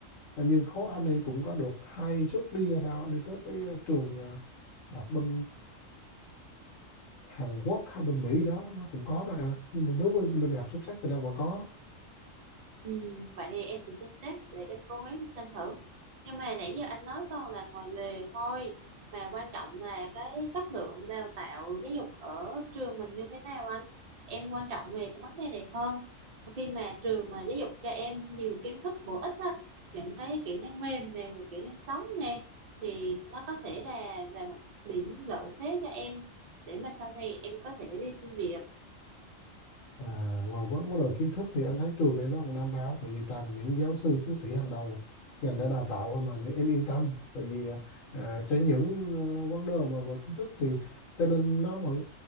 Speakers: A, on the left; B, on the right.
A: Và nhưng khối Anh thì cũng có được hai suất đi hay sao liên kết với ờ, trường ờ, đọc bên Hàn Quốc hay bên Mỹ đó nó cũng có mà nhưng mà nếu bên mình học xuất sắc thì nó vẫn có
B: Ừ, vậy thì em sẽ xem xét để em cố gắng xem thử nhưng mà nãy giờ anh nói toàn là ngoài lề thôi mà quan trọng là cái chất lượng đào tạo giáo dục ở trường mình như thế nào anh em quan trọng về cái vấn đề này hơn khi mà trường mà giáo dục cho em nhiều kiến thức bổ ích á, những cái kỹ năng mềm nè rồi kỹ năng sống nè thì nó có thể là là một điểm lợi thế cho em để mà sau này em có thể đi xin việc
A: À, và vấn vấn đề kiến thức thì anh thấy trường này nó cũng đảm bảo tại vì toàn những giáo sư tiến sĩ hàng đầu ngành đã đào tạo thôi mà nên em yên tâm tại vì à, tránh những ờ, vấn đề mà về kiến thức thì cho nên nó vẫn